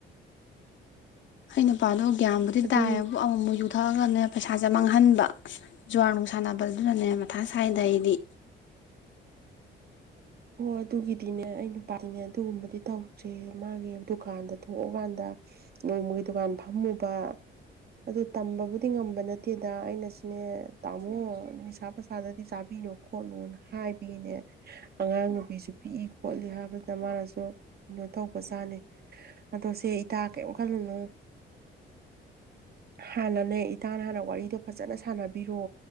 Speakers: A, on the left (about 70°); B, on the right (about 50°).
A: ꯑꯩ ꯅꯨꯄꯥꯗꯣ ꯒ꯭ꯌꯥꯟꯕꯨꯗꯤ
B: ꯑꯗꯨꯒꯤ
A: ꯇꯥꯏ ꯌꯦꯕꯨ ꯑꯃꯨꯛ ꯃꯨꯛ ꯌꯨ ꯊꯛꯑꯒꯅꯦ ꯄꯩꯁꯥꯁꯦ ꯃꯥꯡꯍꯟꯕ ꯖꯨꯋꯥꯔ ꯅꯨꯡ ꯁꯥꯟꯅꯕꯗꯨꯅꯅꯦ ꯃꯊꯥ ꯁꯥꯏꯗ ꯑꯩꯗꯤ
B: ꯍꯣ ꯑꯗꯨꯒꯤꯗꯤꯅꯦ ꯑꯩ ꯅꯨꯄꯥꯗꯤꯅꯦ ꯑꯗꯨꯒꯨꯝꯕꯗꯤ ꯇꯧꯗ꯭ꯔꯦ ꯃꯥꯒꯤ ꯗꯨꯀꯥꯟꯗ ꯊꯣꯛꯑꯀꯥꯟꯗ ꯅꯣꯡꯃꯒꯤ ꯗꯨꯀꯥꯟ ꯐꯝꯃꯨꯕ ꯑꯗꯨ ꯇꯝꯕꯕꯨꯗꯤ ꯉꯝꯕ ꯅꯠꯇꯦꯗ ꯑꯩꯅ ꯁꯨꯅꯦ ꯇꯥꯝꯃꯣ ꯅꯤꯁꯥ ꯆꯥꯕꯤꯅꯨ ꯈꯣꯠꯅꯨ ꯅ ꯍꯥꯏꯕ ꯐꯩꯅꯦ ꯑꯉꯥꯡ ꯅꯨꯄꯤꯁꯨ ꯄꯤꯛꯏ ꯈꯣꯠꯂꯤ ꯍꯥꯏꯕꯗ ꯃꯥꯅꯁꯨ ꯑꯥ ꯀꯩꯅꯣ ꯇꯧꯕꯖꯥꯅꯤ ꯑꯗꯣ ꯁꯦ ꯏꯇꯥ ꯀꯔꯤꯝ ꯈꯜꯂꯅꯨ ꯍꯥꯟꯅꯅꯦ ꯏꯇꯥꯅ ꯍꯥꯟꯅ ꯋꯥꯔꯤꯗꯣ ꯐꯖꯅ ꯁꯥꯟꯅꯕꯤꯔꯣ